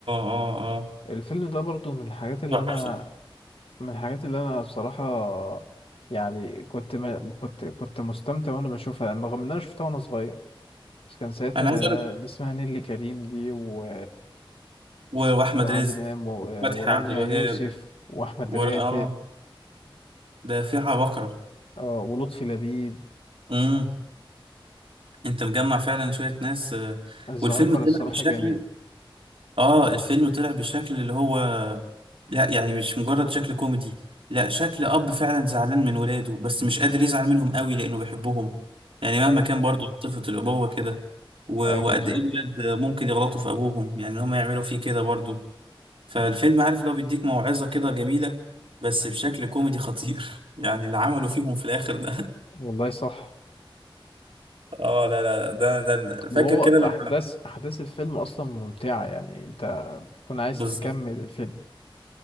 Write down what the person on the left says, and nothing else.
الفيلم ده برضو من الحاجات اللي
انا
من الحاجات اللي انا بصراحة يعني كنت ما كنت كنت مستمتع وانا بشوفها رغم ان انا شفتها وانا صغير بس كان ساعتها
اللي اسمها نيللي كريم دي و...
وعادل
امام و...
ورانيا
يوسف واحمد
راتب
آه، ولطفي لبيب
الزهايمر
الصراحة
جميل
أيوة.
ايوه
صح
والله صح
وهو
احداث احداث الفيلم اصلا ممتعة يعني انت تكون عايز
تكمل الفيلم